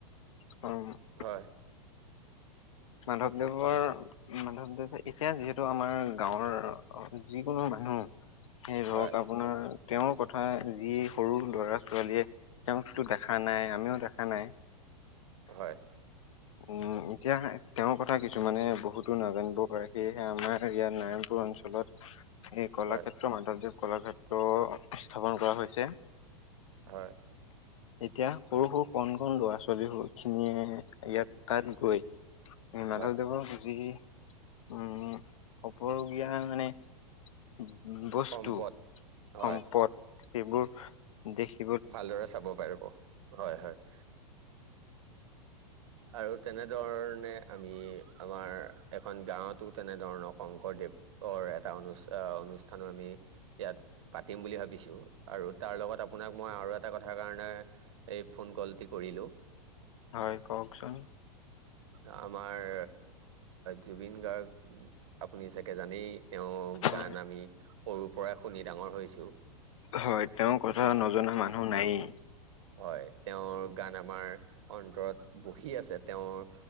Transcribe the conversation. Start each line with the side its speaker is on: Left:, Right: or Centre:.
Left: <unintelligible>
Right: হয়।
Left: মাধৱদেৱৰ মাধৱদৱ, এতিয়া যিহেতু আমাৰ গাঁৱৰ যিকোনো মানুহ সেই ধৰক
Right: হয়
Left: আপোনাৰ তেওঁৰ কথা যি সৰু লৰা ছোৱালীয়ে তেওঁকতো দেখা নাই আমিও দেখা নাই।
Right: হয়
Left: উম এতিয়া তেওঁৰ কথা কিছুমানে বহুতো নাজানিব পাৰে সেয়েহে আমাৰ ইয়াত নাৰায়ণপুৰ অঞ্চলত এই কলাক্ষেত্ৰ
Right: হয়
Left: মাধৱদেৱ কলাক্ষেত্ৰ স্থাপন কৰা হৈছে।
Right: হয়।
Left: এতিয়া সৰু সৰু কণ কন ল'ৰা ছোৱালী খিনিয়ে ইয়াত তাত গৈ মাধৱদেৱৰ
Right: হয়
Left: যি উম অপৰুগীয়া মানে বস্তুু,
Right: সম্পদ হয়
Left: সম্পদ সেইবোৰ দেখি
Right: ভালদৰে চাব পাৰিব হয় হয়। আৰু তেনেধৰণে আমি আমাৰ এখন গাঁৱতো তেনেধৰণৰ শংকৰদেৱ অৰ এটা অনু অনুষ্ঠানো আমি ইয়াত পাতিম বুলি ভাবিছোঁ আৰু তাৰ লগত আপোনাক মই আৰু এটা কথাৰ কাৰণে এই ফোন কলটি কৰিলোঁ
Left: হয় কওকচোন।
Right: আমাৰ জুবিন গাৰ্গ আপুনি চাগে জানেই। তেওঁ
Left: হয়
Right: গান আমি সৰুৰ পৰাই শুনি ডাঙৰ হৈছো।
Left: হয় তেওৰ কথা নজনা মানুহ নায়েই।
Right: হয় তেওৰ গান আমাৰ অন্তৰত বহি আছে তেওৰ